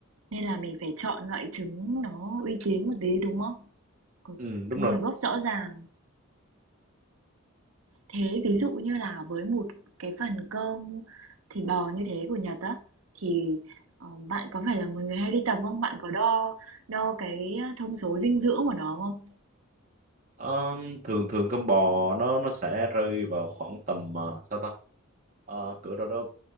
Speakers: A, on the right; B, on the right.
A: Nên là mình phải chọn loại trứng nó uy tín một tí đúng không? Có
B: ừ, đúng
A: nguồn
B: rồi
A: gốc rõ ràng. Thế ví dụ như là với một cái phần cơm thịt bò như thế của Nhật á thì, ờ, bạn có phải là một người hay đi tập không? Bạn có đo đo cái ờ, thông số dinh dưỡng của nó không?
B: Ờm, thường thường con bò nó nó sẽ rơi vào khoảng tầm ờ, sao ta Ờ, cỡ đâu đó